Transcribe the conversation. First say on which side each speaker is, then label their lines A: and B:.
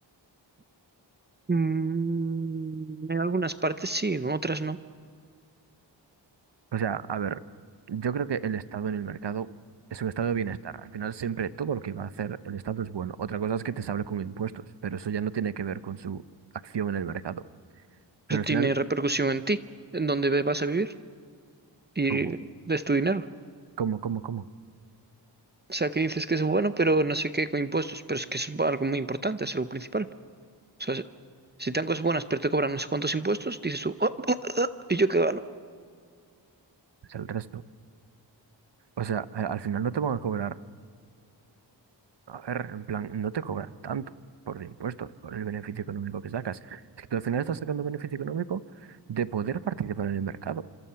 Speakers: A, on the right; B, on the right.
A: Mm, en algunas partes sí, en otras no.
B: O sea, a ver, yo creo que el estado en el mercado es un estado de bienestar. Al final siempre todo lo que va a hacer el estado es bueno. Otra cosa es que te sable con impuestos, pero eso ya no tiene que ver con su acción en el mercado. Pero
A: Pero tiene
B: al final,
A: repercusión en ti, en dónde ve- vas a vivir y
B: ¿cómo?
A: es tu dinero.
B: ¿Cómo, cómo, cómo?
A: O sea, que dices que es bueno, pero no sé qué con impuestos, pero es que es algo muy importante, es algo principal. O sea, si te dan cosas buenas, pero te cobran no sé cuántos impuestos, dices tú, "Oh, oh, oh, ¿y yo qué gano?
B: Es el resto. O sea, a- al final no te van a cobrar, a ver, en plan, no te cobran tanto por los impuestos, por el beneficio económico que sacas. Es que tú al final estás sacando beneficio económico de poder participar en el mercado.